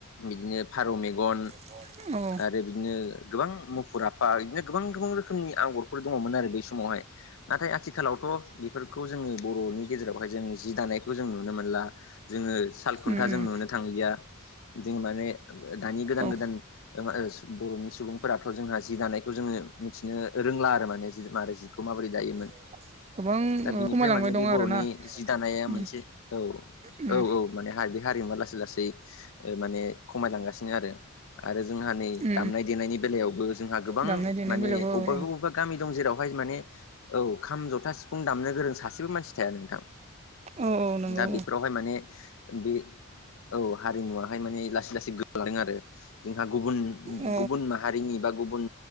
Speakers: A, on the left (about 65°); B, on the right (about 30°).
A: बिदिनो फारौ मेगन,
B: <unintelligible>
A: आरो बिदिनो गोबां मुफुर आफा इदिनो गोबां गोबां रोखोमनि आग'रफोर दंङमोन आरो बै समावहाय नाथाय आथिखालावथ' बेफोरखौ जोंङो बर'नि गेजेरावहाय जोंङो जि दानायखौ जों नुनो मोनला। जोंङो सालखुन्था
B: उम उम
A: जों नुनो थांलिया जों माने दानि गोदान
B: औ
A: गोदान ओ बर'नि सुबुंफोराथ' जोंहा जि दानायखौ जोंङो मिथिनो रोंला आरो माने खौ माबोरै दायोमोन
B: <inaudible>
A: दा
B: ओ
A: बेनिफ्राय
B: खमायलांबाय
A: माने
B: दं
A: बे
B: आरोना
A: बर'नि जि दानाया
B: उम
A: मोनसे औ
B: उम
A: औ औ माने बे हारिदो हारिमुवा लासै लासै माने खमायलांगासिनो आरो आरो जोंहा नै
B: उम
A: दामनाय देनायनि बेलायावबो जोंहा गोबां
B: दामनाय देनायनि
A: माने
B: बेलायावबो
A: अबावबा
B: औ
A: अबेबा गामि दं जेरावहाय माने औ खाम जथा सिफुं दामनो गोरों सासेबो मानसि थाया नोंथां
B: औ औ नंगौ
A: दा बेफोरावहाय माने बे औ हारिमुवाहाय माने लासै लासै गोमालांदों आरो जोंहा गुबुन
B: औ
A: गुबुन माहारिनि बा गुबुन